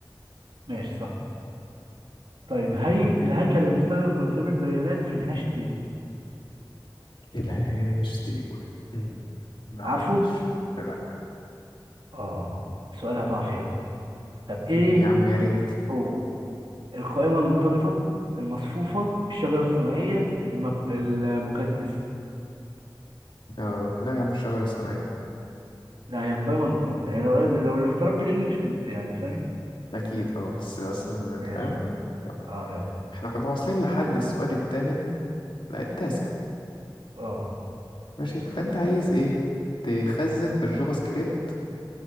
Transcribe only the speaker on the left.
الهاش تيبل أمم، ما عنديش
لا
يا عم يا ريت
اه لا يا عم الشجرة الصناعية
اكيد اه بس اصلا
فاهم يلا
احنا كنا واصلين لحد السؤال الثامن لا التاسع
ماشي فانت عايز ايه تخزن في الجافا سكريبت